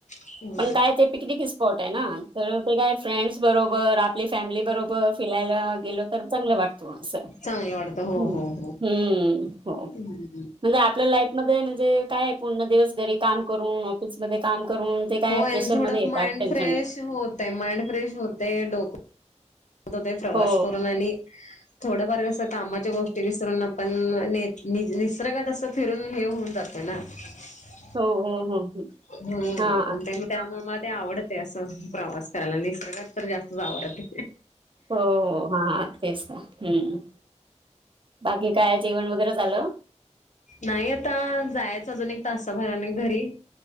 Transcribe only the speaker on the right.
पण काय ते पिकनिक स्पॉट आहे ना तर ते काय फ्रेंड्स बरोबर आपली फॅमिली बरोबर फिलायला गेलो. तर चांगलं वाटतो असं
ह् हम्.
हो म्हणजे
आपलं लाईफ. मध्ये म्हणजे काय? पूर्ण दिवस घरी काम करून ऑफिस मध्ये काम करून ते काय
प्रेशरमध्ये
येतात
टेन्शन
हो
हो हो, हो हो,
हा
हा.
हो हो हा, तेच तर हम्म. बाकी काय जेवण वगैरे झालं?